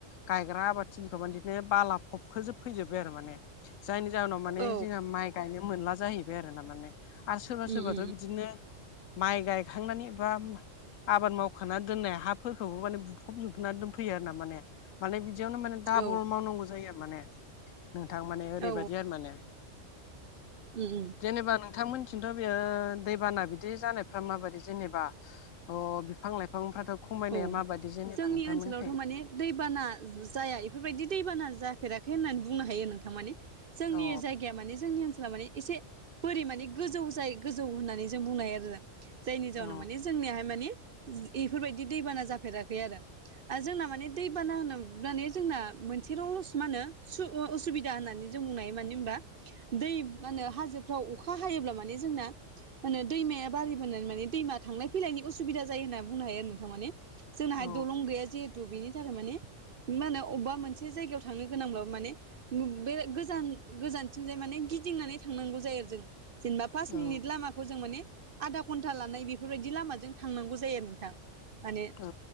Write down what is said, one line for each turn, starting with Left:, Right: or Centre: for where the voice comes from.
Left: गायग्रा आबादथिलिखौ माने बिदिनो बाला फबखोजोब फैजोब्बाय आरो माने जायनि जाहोनाव माने
Right: औ
Left: जोंहा माइ गायनो मोनला जाहैबाय आरो ना माने आरो सोरबा
Right: उम
Left: सोरबाथ'
Right: उम
Left: बिदिनो माइ गायखांनानै बा आबाद मावखाना दोननाय हाफोरखौबो माने बुफब जोबना दोनफैयो आरो ना माने माने बिदियावनो माने डाबल
Right: औ
Left: मावनांगौ जायो आरो माने नोंथां माने ओरैबायदि
Right: औ
Left: आरो माने
Right: उम उम
Left: जेनेबा नोंथांमोननिथिंथ बेयो दैबाना बिदि जानायफ्रा माबायदि जेनेबा अ बिफां लाइफांफ्राथ' खमायनाया
Right: औ
Left: माबादि जेनेबा
Right: जोंनि
Left: नोंथांमोननिखै?
Right: ओनसोलावथ' माने दैबाना जाया इफोरबायदि दैबाना जाफेराखै होननानै बुंनो हायो नोंथां माने। जोंनि
Left: अ
Right: जायगाया माने जोंनि ओनोल माने एसे बोरि माने गोजौ जायो गोजौ होननानै जों बुंनो हायो आरो जों। जायनि जाउनाव
Left: औ
Right: माने जोंनियाहाय माने इफोरबायदि दैबाना जाफेराखै आरो। जोंना माने दैबाना होनो माने जोंना मोनसेल' मा होनो असुबिदा होननानै जों बुंनो हायो मानो होनबा दै मा होनो हाजोफ्राव अखा हायोब्ला माने जोंना मा होनो दैमाया बारायबोनानै माने दैमा थांनाय फैलायनायनि असुबिदा जायो होनना बुंनो हायो आरो नों थां माने जोंनाहाय
Left: औ
Right: दलं गैया जिहेतु बेनि थाखाय माने मा होनो अबबा मोनसे जायगायाव थांनो गोनांबाबो माने बे गोजान गोजानथिंजाय माने गिदिंनानै थांनांगौ जायो आरो जों। जेनेबा पास
Left: औ
Right: मिनिट लामाखौ जों माने आधा घन्टा लानाय बेफोरबायदि लामाजों थांनांगौ जायो आरो नोंथां। माने
Left: औ।